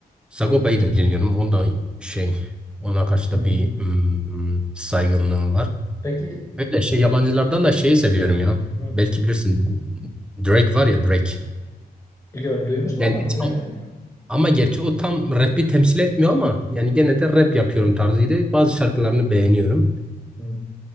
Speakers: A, in the centre; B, on the left.
A: Sagopa'yı da dinliyorum. O da şey ona karşı da
B: Hı.
A: bir mm, saygınlığım var.
B: Peki
A: Böyle şey yabancılardan da şeyi seviyorum ya.
B: hı.
A: Belki bilirsin Drake var ya Drake.
B: Biliyorum duymuştum
A: Yani
B: ama dinlemedim
A: tam-
B: yani.
A: ama gerçi o tam rap'i temsil etmiyor ama yani gene de rap yapıyorum tarzıydı. Bazı şarkılarını beğeniyorum.
B: Hı.